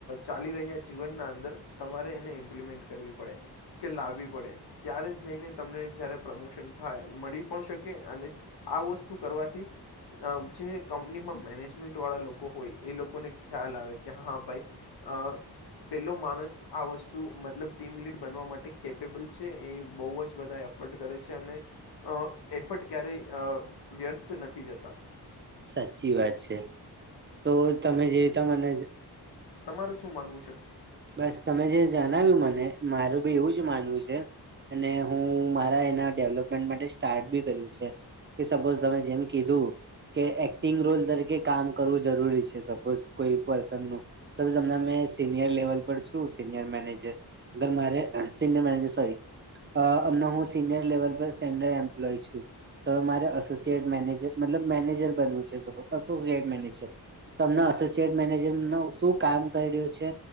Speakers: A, on the left; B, on the right.
A: ચાલી રહ્યા જીવનના અંદર તમારે એને ઇમ્પ્લિમેન્ટ કરવી પડે. કે લાવવી પડે ત્યારે જઈને તમને જ્યારે પ્રમોશન થાય મળી પણ શકે અને આ વસ્તુ કરવાથી જે કંપનીમાં મેનેજમેન્ટ વાળા લોકો હોય એ લોકોને ખ્યાલ આવે કે હા ભાઈ અ પેલો માણસ આ વસ તું મતલબ ટીમ લીડ બનવા માટે કેપેબલ છે એ બહુ જ બધા એફર્ટ કરે છે અને અ એફટ ક્યારેય વ્યર્થ નથી જતા
B: સાચી વાત છે તો તમે જે રીતના મને
A: તમારે શું માનવું છે?
B: બસ તમે જે જણાવ્યું મને મારું બી એવું જ માનવું છે અને હું મારા એના ડેવલપમેન્ટ માટે સ્ટાર્ટ બી કર્યું છે. કે સપોઝ તમે જેમ કીધું કે એક્ટિંગ રોલ તરીકે કામ કરવું જરૂરી છે સપોઝ કોઈ પર્સનનું <unintelligible> મેં સીનિયર લેવલ પર છું સિનીયર મેનેજર અગર મારે સિનયર મેજર સોરી અ અમનાહું સિનિયર લેવલ પર સેનિયર એમ્પ્લોય છું. તો મારે એસોસિએટ મેનેજ મતલબ મેનેજર બનવું છે એસોસિએટ મેનેજર તમને અસોસિટ મેનેજરનું શું કામ કરી રહ્યો છે?